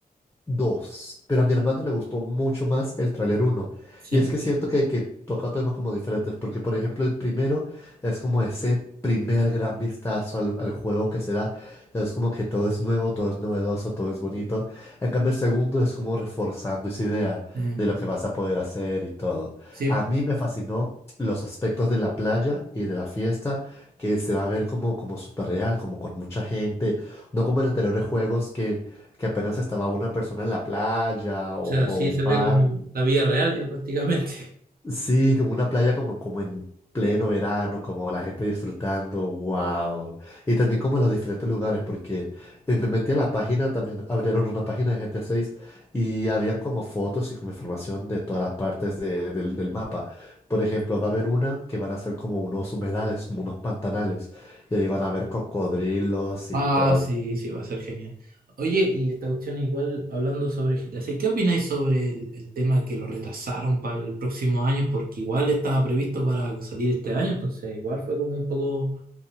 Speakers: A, on the left (about 15°); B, on the right (about 65°).
A: 2, pero a mi hermano le gustó mucho más el tráiler uno
B: Sí,
A: Y es que siento que, que toca temas como diferentes, porque por ejemplo el primero es como ese primer gran vistazo al, al juego que será, es como que todo es nuevo, todo es novedoso, todo es bonito. En cambio el segundo es como reforzando esa idea
B: eh,
A: de lo que vas a poder hacer y todo.
B: sí, o
A: A mí me fascinó los aspectos de la playa y de la fiesta, que se va a ver como, como súper real, como con mucha gente, no como en anteriores juegos que que apenas estaba una persona en la playa o,
B: sea,
A: o
B: sí
A: un
B: se ve
A: bar.
B: como la vida real ya prácticamente.
A: Sí, como una playa como, como en pleno verano, como la gente disfrutando, wow. Y también como los diferentes lugares, porque eh, me metí a la página, también abrieron una página de GTA 6 y habían como fotos y como información de todas las partes de- del, del mapa. Por ejemplo, va a haber una que van a ser como unos humedales, como unos pantanales, y ahí van a ver cocodrilos y
B: Ah,
A: todo.
B: sí, sí, va a ser genial. Oye, y esta cuestión igual hablando sobre GTA 6, ¿qué opináis sobre el, el tema que lo retrasaron para el próximo año? Porque igual estaba previsto para salir este año, entonces igual fue como un poco,